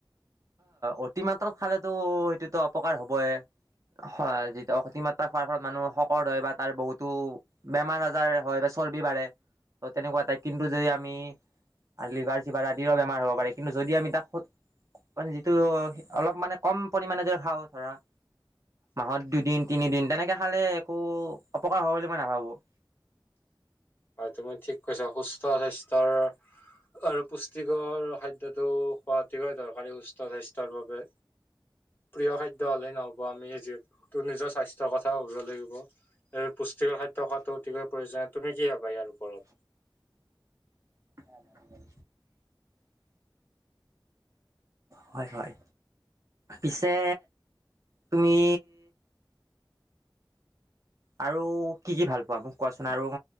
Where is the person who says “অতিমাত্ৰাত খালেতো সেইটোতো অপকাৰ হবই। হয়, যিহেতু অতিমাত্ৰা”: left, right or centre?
Right